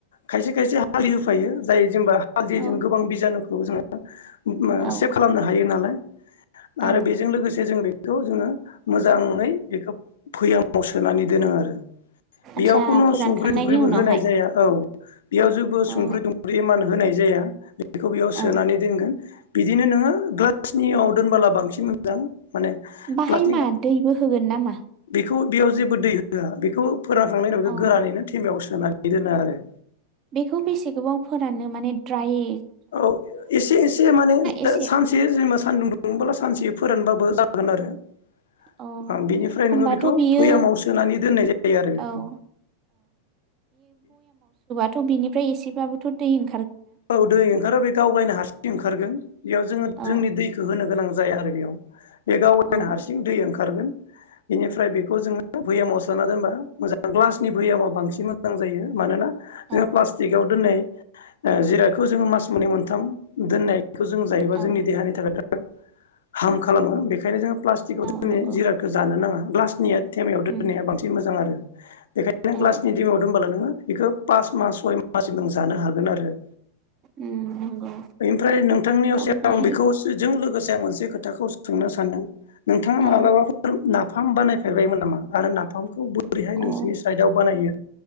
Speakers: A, on the left; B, on the right.
A: खायसे खायसे ह फालि होफायो जायो जेनबा हालदैजों
B: औ
A: गोबां बिजानु खौ जोङो उम मा
B: औ
A: सेभ खालामनो हायो नालाय।
B: औ
A: आरो बेजों लोगोसे जों बेखौ जोङो मोजाङै बेखौ भैयाम बौ सोनानै दोनो आरो ओ
B: आदसा
A: बेयाव कुनु
B: फोरानखांनायनि
A: संख्रि टंक ख्रिबो
B: उनावहाय
A: होनाय जाया औ बेयाव जेबो
B: औ
A: संख्रि टुंख्रि इमान होनाय जाया बेखौ बेयाव सोनानै
B: औ
A: दोनगोन। बिदिनो नोङो ग्लासनियाव दोनबोला बांसिन मोजां। माने
B: बाहाय
A: प्लास्टिक
B: मा दैबो होगोन नामा?
A: बेखौ बेयाव जेबो दै होआ बेखौ फोराखांनाय उनाव
B: अ
A: गोरानैैनो थेमायाव सो सोनानै दोनो आरो
B: बेखौ बेसे गोबाव फोराननो माने ट्राये
A: औ एसे एसे माने
B: एसे
A: सानसे जेनेबा सानदुं नोंबोला सानसे फोरानबाबो जागोन आरो।
B: अ
A: बेनिफ्राय
B: होमबाथ'
A: नोङो बेखौ
B: बियो
A: फैयामाव सोनानै दोननाय जायो आरो बेखौ।
B: औ थ' बिनिफ्राय एसेबाबोथ' दै ओं
A: औ दै ओंखारो बे गावगायनो हारसिं ओंखारगोन बेयाव जोङो
B: औ
A: जोंनि दैखौ होनो गोनां ज जाया आरो बेयाव। बे गाव वेन
B: औ
A: हारसिं दै ओंखार सारगोन बेनिफ्राय बेखौ जोङो भैयामाव सोना दोनबा मोजां ग्लासनि भैयामा बांसिन मोजां जायो मानोना जोंहा
B: औ
A: प्लास्टिकआव दोननाय जिरायखौ जोङो मास मोननै मोनथाम दोननाय बेखौ जों जायोबा
B: औ
A: जोंनि देहानि थाखाय बि हार्म खालामो बेखायनो जों। प्लास्टिकआव
B: औ
A: <unintelligible>
B: नंगौ
A: जिरादाखो जानो नाङा। ग्लास निया टेमायाव
B: उम
A: दोननाया बांसिन मोजां आरो। <inaudible> बेखायनो
B: औ
A: ग्लासनि दिमायाव दोनबला नोङो बेखौ फास मास सय मा सिम नों जानो हागोन आरो।
B: उम नंगौ
A: बेनिफ्राय नोंथांनियावसो
B: ओमफ्रायहाय
A: आं बेखौ जों लोगोसे आं मोनसे खोथाखौ सोंनो सानदों नोंथाङा
B: औ
A: मालाबाफोर ना फाम बानायफेरबायमोन नामा आरो नाफामखौ बो रैहाय
B: अ
A: नोंसिरनि साइडाव बानायो?